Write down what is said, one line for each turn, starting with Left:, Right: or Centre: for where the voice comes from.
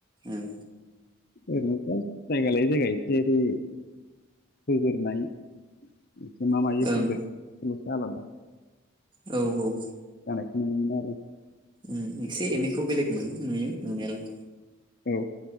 Right: औ
Left: ओरैनोथ' जायगा लायै जायगा एसे होयै होगोरनाय एसे मा मायै
Right: ओं
Left: होदो सेल'सो आलादा
Right: औ औ
Left: जानायखौ नुनो मोनो आरो
Right: उम एसे एनैखौ बेलग मोनो नुयो नुनायाला
Left: औ